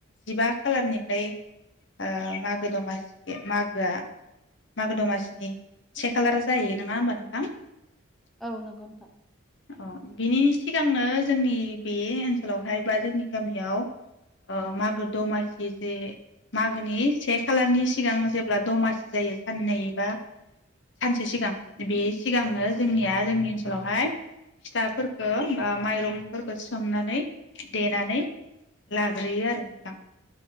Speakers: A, on the left; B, in the centre.
A: जिबा खालारनिफाय ओ मागो दमासि मागोआ मागो दमासिनि से खालार जायो नोंङा होमबा नोंथां।
B: औ नोंगौ नोंथां।
A: अ बिनि सिगांनो जोंनि बे ओनसोलाव हाय बा जोंनि गामियाव ओ मागो दमासि जे मागोनि से खालारनि सिगां जेब्ला दमासि जायो सान्नै एबा सानसे सिगां बे सिगांनो
B: औ
A: जोंनिया जोंनि ओनसोलावहाय फिथाफोरखौ बा माइरंफोरखौ सोमनानै देनानै लाग्रोयो आरो नोंथां।